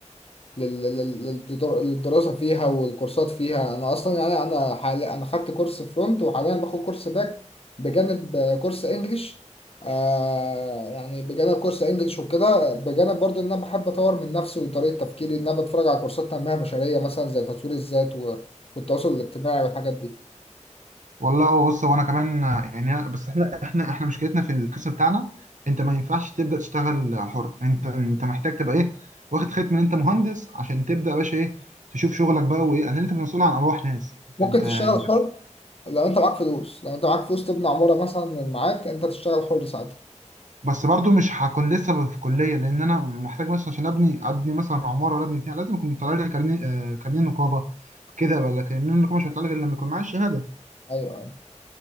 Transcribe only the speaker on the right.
والله هو بص هو انا كمان يعني أنا- بس احنا احنا احنا مشكلتنا في القسم بتاعنا انت ما ينفعش تبدا تشتغل حر انت انت محتاج تبقى ايه واخد ختم ان انت مهندس عشان تبدا يا باشا ايه تشوف شغلك بقى وايه لان انت مسؤول عن ارواح ناس انت
انت
أنت-
بس برضو مش هكون لسه في كليه لان انا محتاج مثلا عشان ابني ابني مثلا عماره ولا ابني بتاع لازم يكون طالع لي كارنيه آه، كارنيه نقابه كده ولا كارنيه النقابه مش هيطلع لي غير لما يكون معايا الشهاده